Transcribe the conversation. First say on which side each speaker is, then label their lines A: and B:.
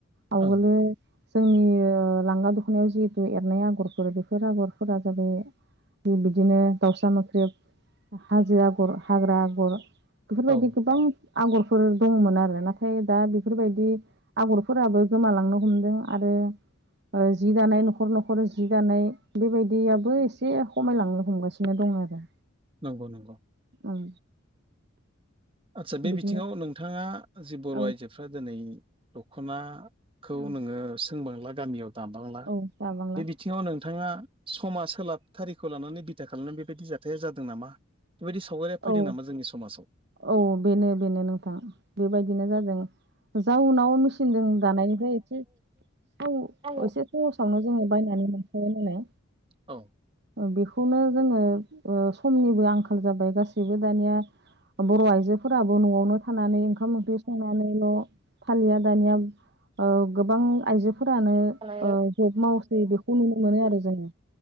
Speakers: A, on the right; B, on the right.
A: आवगोलो
B: ओं
A: जोंनि ओ लांगा दख'नायाव जिहेतु एरनाय आगरफोर बेफोर आगरफोरा जाबाय, बिदिनो दाउसा मोख्रेब, हाजो आगर, हाग्रा आगर बेफोरबायदि
B: औ
A: गोबां आगरफोर दंमोन आरो नाथाय दा बेफोरबायदि आगरफोराबो गोमालांनो हम दों आरो ओ जि दानाय न'खर-न'खर जि दानाय बेबायदियाबो एसे खमायलांनो हमगासिनो दं, आरो
B: नंगौ-नंगौ
A: ओं
B: आदसा बे
A: बिदिनो
B: बिथिंङाव नोंथांङा जि बर'
A: औ
B: आइजोफ्रा दिनै दख'ना खौ
A: औ
B: नोंङो सोंबांला गामियाव दाबांला
A: औ दाबांला
B: बे बिथिंङाव नोंथांङा समा सोलाबथारिखौ लानानै बिथा खालामनानै बेबायदि जाथाया जादों नामा? बेबायदि सावगारिया फैदों
A: औ
B: नामा जोंनि समाजाव?
A: औ बेनो बेनो नोंथां बेबायदिनो जादों जाउनाव मेसिनजों दानायनिफ्राय एसे औ
B: थाव
A: एसे सहसावनो जोंङो बायनानै मोनखाबाय नालाय
B: औ
A: बेखौनो जोंङो ओ समनिबो आंखाल जाबाय गाससि बो दानिया बर' आइजोफोराबो न'आवनो थानानै ओंखाम ओंख्रि संनानैल' फालिया दानिया ओ गोबां आइजो फोरानो
B: जानो
A: ओ ज'ब मावसै बेखौ नुनो मोनो आरो जोंङो